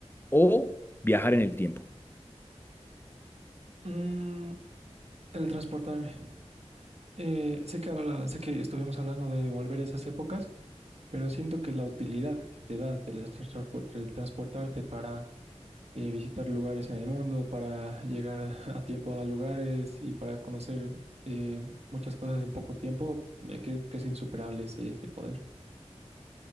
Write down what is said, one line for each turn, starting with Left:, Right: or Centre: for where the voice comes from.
Left: o viajar en el tiempo.
Right: Mm, teletransportarme. Eh, sé que habla- sé que estuvimos hablando de volver a esas épocas, pero siento que la utilidad que te da teletranspor- teletransportarte para eh, visitar lugares en el mundo, para llegar a tiempo a lugares y para conocer eh, muchas cosas en poco tiempo, eh, creo que es insuperable ese, ese poder.